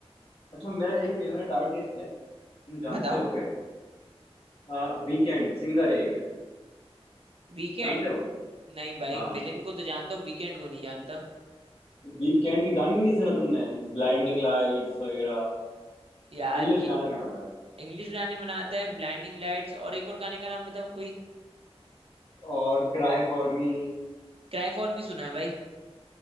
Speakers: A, on the left; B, on the right.
A: अच्छा मेरा एक फेवरेट आर्टिस्ट है तुम जानते
B: बताओ
A: होगे आ, वीकेंड सिंगर एक
B: वीकेंड
A: जानते हो
B: नहीं भाई
A: हाँ
B: विलेन को तो जानता हूँ वीकेंड को नहीं जानता
A: वीकेंड के गाने नहीं सुना तुमने ब्लाइंडिंग लाइट्स वगैरह
B: यार
A: इंग्लिश गाने बनाता है
B: इंग्लिश गाने बनाता है ब्लाइंडिंग लाइट्स और एक और गाने का नाम बताओ कोई
A: और क्राई फॉर मी
B: क्राई फॉर मी सुना है भाई